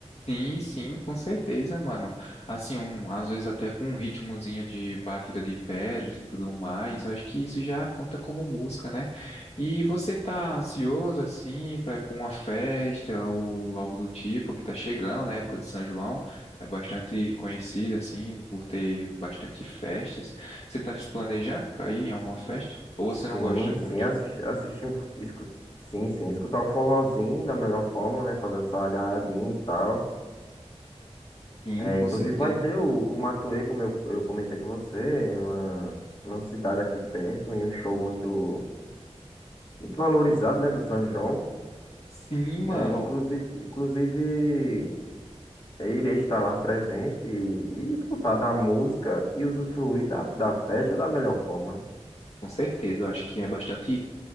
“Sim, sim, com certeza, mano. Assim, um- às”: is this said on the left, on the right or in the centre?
Left